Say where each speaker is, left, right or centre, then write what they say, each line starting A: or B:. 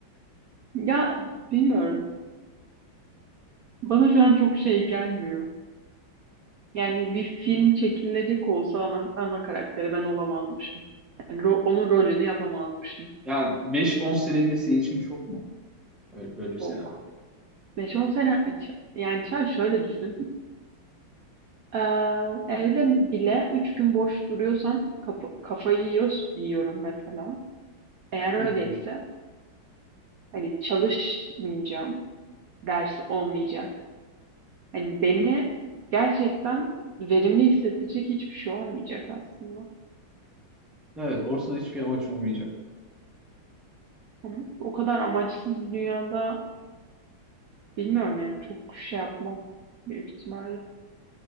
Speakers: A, on the right; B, in the centre.
A: Ya bilmiyorum. Bana şu an çok şey gelmiyor. Yani bir film çekilecek olsa ana, ana karakteri ben olamazmışım. Yani ro- onun rolünü yapamazmışım.
B: yani beş on sene bile senin için çok mu? Öyle, böyle bir
A: Çok.
B: senaryo.
A: 5 on sene ç- yani Çağ şöyle düşün. Ee, evde bile 3 gün boş duruyorsam kapa- kafayı yiyor, yiyorum mesela. Eğer öyleyse
B: Hı hı.
A: hani çalışmayacağım. Ders olmayacak. Hani beni gerçekten verimli hissettirecek hiçbir şey olmayacak aslında.
B: Evet, ortada hiçbir amaç olmayacak.
A: Ama o kadar amaçsız bir dünyada bilmiyorum yani çok şey yapmam büyük ihtimalle.